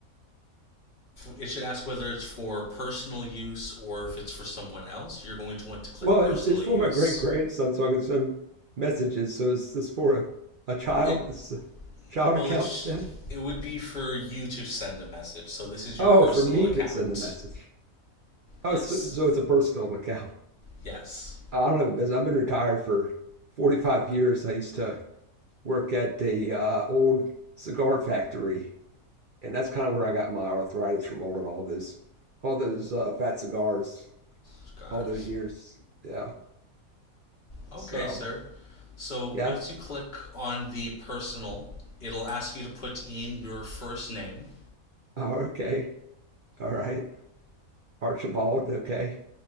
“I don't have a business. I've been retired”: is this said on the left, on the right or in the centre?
Right